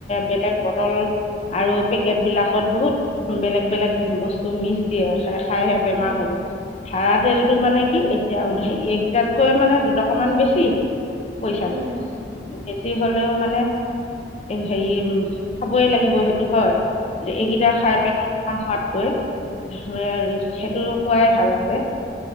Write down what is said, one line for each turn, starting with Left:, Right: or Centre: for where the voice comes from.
Left: বেলেগ বটল আৰু পেকেট বিলাকত বহুত বেলেগ বেলেগ বস্তু মিক্স দিয়ে আৰু খাই খাইহে বেমাৰ
Right: উম
Left: হব, ধাৰা তেলটো মানে কি, এতিয়া এইকেইটাতকৈ মানে দুটকামান বেছি পইচাটো,
Right: উম
Left: বেছি হলেও মানে হেৰি খাবই লাগিব সেইটো হয়,
Right: উম
Left: এইকেইটা খাই পেটৰ বেমাৰ হোৱাতকৈ অই, সেইটো খোৱাই ভাল আছে,